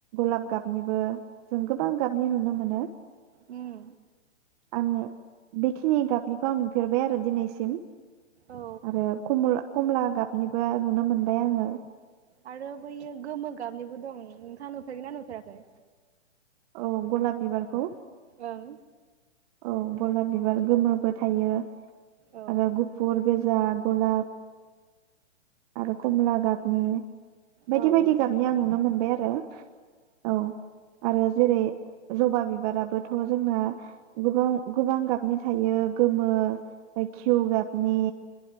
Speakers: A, on the right; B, on the right.
A: गलाब गाबनिबो जों गोबां गाबनि नुनो मोनो।
B: उम।
A: आं बेखिनि गाबनिखौ आं नुफेरबाय आरो दिनैसिम।
B: औ
A: आरो कमला कमला गाबनिबो नुनो मोनबाय आङो।
B: आरो बैयो गोमो गाबनिबो दं, नोंथाङा नुफेरगोना नुफेराखै?
A: औ गलाब बिबारखौ।
B: ओं।
A: औ गलाब बिबार गोमोबो थायो।
B: औ
A: आरो गुफुर बे जा गलाब आरो कमला गाबनि बायदि
B: औ
A: बायदि
B: नोंथां
A: गाबनि आं नुनो मोनबाय आर <unintelligible> औ आरो जेरै जबा बिबाराबोथ' जोंना गोबाव गोबां गाबनि थायो गोमो घिउ गाबनि